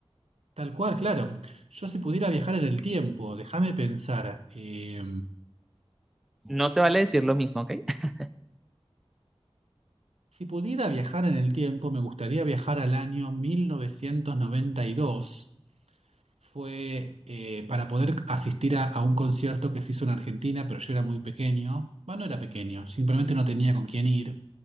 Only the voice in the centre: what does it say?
No se vale decir lo mismo, ¿ok? <laughs>